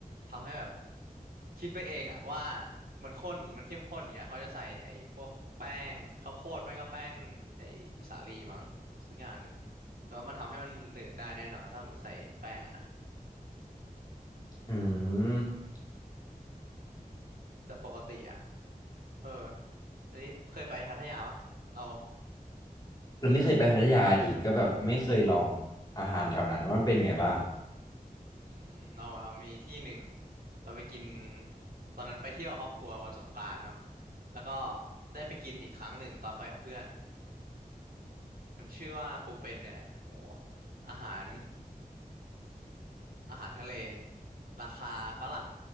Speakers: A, on the right (about 75°); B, on the left (about 25°).
A: ทำให้แบบคิดไปเองอะว่ามันข้นมันเข้มข้นอย่างเงี้ยเขาจะใส่ไอ้พวกแป้งข้าวโพดไม่ก็แป้งไอ้สาลีมั้งสักอย่างหนึ่งแต่ว่ามันทำให้มันหนืดได้แน่นอนถ้าผมติใส่แป้งอะนะ
B: อืม
A: แต่ปกติอ่ะเอออันนี้เคยไปพัทยาปะเรา
B: เราไม่เคยไปพัทยาดิก็แบบไม่เคยลอง
A: อ๋อ
B: อาหารแถวนั้นว่ามันเป็นไงบ้าง
A: อืมเราเรามีที่หนึ่ง เราไปกินตอนนั้นไปเที่ยวกับครอบครัววันสงกรานต์เนาะแล้วก็ได้ไปกินอีกครั้งหนึ่งตอนไปกับเพื่อน มันชื่อว่าปูเป็นเนี่ยแหละ โหอาหารอาหารทะเล ราคาฝรั่ง